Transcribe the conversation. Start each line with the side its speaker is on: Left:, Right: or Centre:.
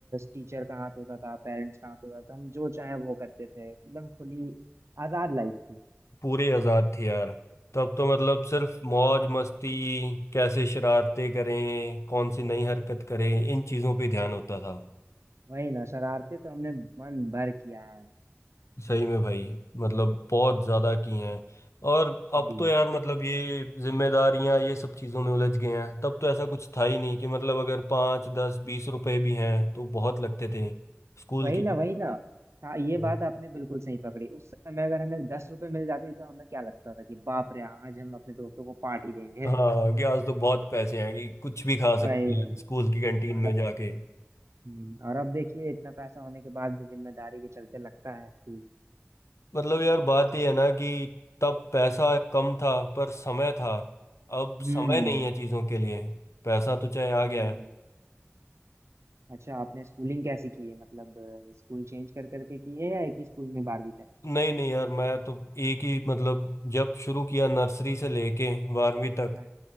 Right: टीचर का हाथ होता था पेरेंट्स का हाथ होता था हम जो चाहे वो करते थे एकदम खुली आजाद लाइफ थी
Left: पूरे आजाद थे यार तब तो मतलब सिर्फ मौज मस्ती कैसे शरारतें करें कौन सी नई हरकत करें इन चीजों पे ध्यान होता था
Right: वही ना शरारते तो हमने मन भर किया है
Left: सही में भाई मतलब बहुत ज्यादा की हैं और अब
Right: जी
Left: तो यार मतलब ये जिम्मेदारियां ये सब चीजों में उलझ गए हैं तब तो ऐसा कुछ था ही नहीं कि मतलब अगर पाँच दस बीस रुपए भी हैं तो बहुत लगते थे स्कूल
Right: वही
Left: की
Right: ना वही ना हाँ ये
Left: तो,
Right: बात आपने बिल्कुल सही पकड़ी उस समय अगर हमें दस रुपए मिल जाती तो हमें क्या लगता था कि बाप रे आज हम अपने दोस्तों को पार्टी देंगे
Left: हाँ कि आज तो बहुत पैसे हैं कि कुछ भी खा
Right: <laughs>
Left: सकते
Right: वही
Left: हैं स्कूल की कैंटीन
Right: और,
Left: में जाके
Right: हम्म, और अब देखिए इतना पैसा होने के बाद भी जिम्मेदारी के चलते लगता है कि
Left: मतलब यार बात ये है ना कि तब पैसा कम था पर समय था अब
Right: हम्म
Left: समय नहीं है चीजों के लिए पैसा तो चाहे आ
Right: वही।
Left: गया है
Right: अच्छा आपने स्कूलिंग कैसी की है मतलब अ, स्कूल चेंज कर करके की है या एक ही स्कूल में बारहवीं तक
Left: नहीं नहीं यार मैं तो एक ही मतलब जब शुरू किया नर्सरी से लेके बारहवीं तक
Right: हाँ